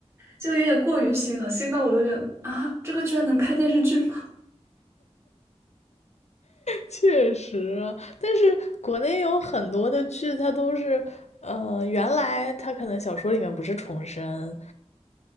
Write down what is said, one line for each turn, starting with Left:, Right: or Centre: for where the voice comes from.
Right: 就有点过于新了，新到我都觉得啊，这个居然能拍电视剧吗？
Left: 确实啊，但是国内有很多的剧，它都是，呃，原来它可能小说里面不是重生，